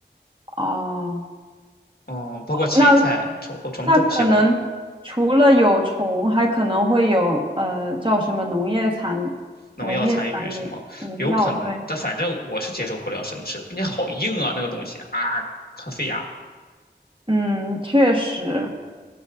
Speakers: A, on the right; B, on the left.
A: 啊，
B: 嗯，包括芹菜，
A: 那
B: 虫虫子都不喜欢。
A: 那可能除了有虫，还可能会有呃叫什么农业残农业残留农药，
B: 农药残余什么，有可能，
A: 对，
B: 但反正我是接受不了生吃的，并且好硬啊，那个东西啊，很费牙。
A: 嗯，确实，